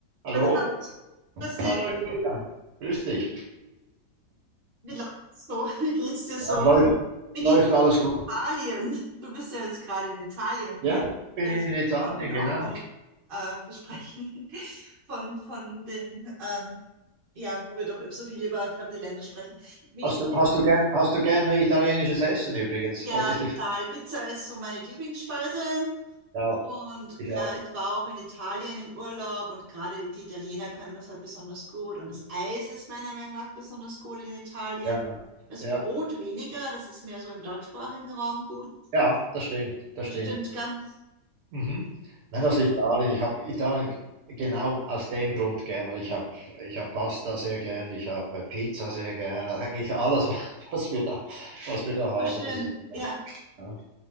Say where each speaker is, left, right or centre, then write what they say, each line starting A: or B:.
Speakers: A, on the right; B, on the right.
A: Hallo?
B: Hallo, Hans. Grüß dich.
A: Hallo Julia, grüß dich.
B: Wie läuft's so? <laughs> Wie geht's dir so
A: Ja, läuft.
B: in, wie
A: Läuft
B: geht's dir
A: alles
B: so in
A: gut?
B: Italien? Du bist ja jetzt gerade in Italien.
A: Ja, Ich bin
B: Das
A: in Italien,
B: sollten wir
A: genau.
B: auch mal äh, besprechen <laughs> von, von den, ähm, ja, wo wir doch so viel über fremde Länder sprechen. Wie
A: Hast
B: ist
A: du,
B: denn,
A: hast du gern, hast du gerne italienisches Essen übrigens?
B: ja,
A: Wollte ich
B: total.
A: dich fragen.
B: Pizza ist so meine Lieblingsspeise.
A: Ja,
B: Und
A: ich
B: ja,
A: auch.
B: ich war auch in Italien im Urlaub und gerade die Italiener können das halt besonders gut. Und das Eis ist meiner Meinung nach besonders gut in Italien.
A: Ja,
B: Das
A: ja,
B: Brot weniger, das ist mehr so im deutschsprachigen Raum gut.
A: ja, das stimmt, das stimmt.
B: Stimmt ganz
A: Mhm. Nein, also Italien. Ich habe Italien genau aus dem Grund gerne. ich habe ich hab Pasta sehr gerne. ich habe Pizza sehr gerne. eigentlich alles, <laughs> was wir da, was wir da haben,
B: oh, schön.
A: das ist.
B: Ja,
A: ja.